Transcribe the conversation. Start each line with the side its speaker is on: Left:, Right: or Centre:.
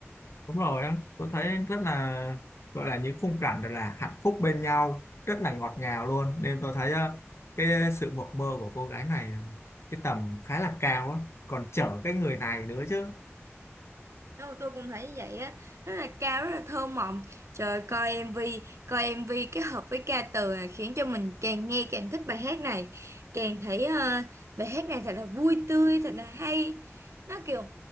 Left: đúng rồi á tôi thấy rất là gọi là những khung cảnh thật là hạnh phúc bên nhau rất là ngọt ngào luôn nên tôi thấy ờ, cái sự mộng mơ của cô gái này cái tầm khá là cao á còn chở cái người này nữa chứ
Right: Đâu, tôi cũng thấy như vậy á rất là cao rất là thơ mộng trời coi MV coi MV kết hợp với ca từ là khiến cho mình càng nghe càng thích bài hát này càng thấy ờ, bài hát này thật là vui tươi thật là hay nó kiểu